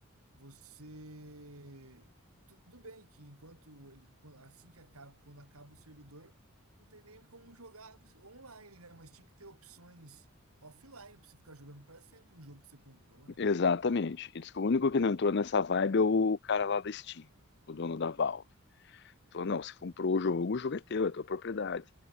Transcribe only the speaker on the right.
Você. Tudo bem que enquanto ele. quan- Assim que acaba, quando acaba o servidor, não tem nem como jogar você- online, né? Mas tinha que ter opções offline pra você ficar jogando pra sempre um jogo que você comprou, né?
Ah,